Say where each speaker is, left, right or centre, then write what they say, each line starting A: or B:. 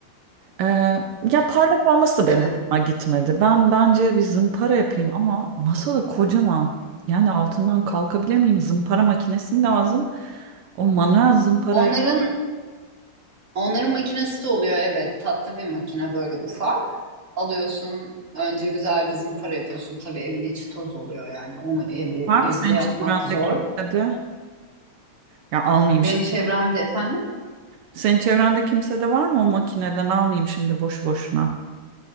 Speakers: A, on the right (about 80°); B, on the right (about 35°).
A: Ee, ya parlak olması da
B: Evet
A: benim hoşuma gitmedi. Ben bence bir zımpara yapayım ama masada kocaman yani altından kalkabilir miyim? Zımpara makinesi mi lazım? O manuel zımpara
B: onların Onların makinesi de oluyor evet. Tatlı bir makine böyle ufak. Alıyorsun önce güzel bir zımpara yapıyorsun. Tabii evin içi toz oluyor yani. Onu evde
A: var
B: evde
A: mı senin
B: yapmak
A: çevrende
B: zor.
A: kimsede? Ya almayayım
B: Benim
A: şimdi.
B: çevremde efendim.
A: Senin çevrende kimsede var mı o makineden almayayım şimdi boşu boşuna.